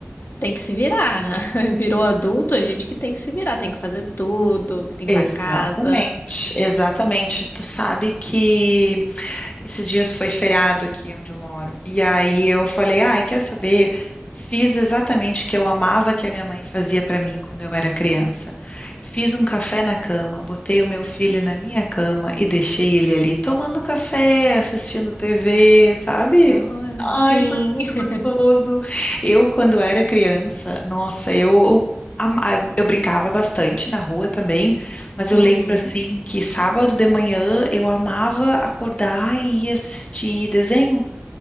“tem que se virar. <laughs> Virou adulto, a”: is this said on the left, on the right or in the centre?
Left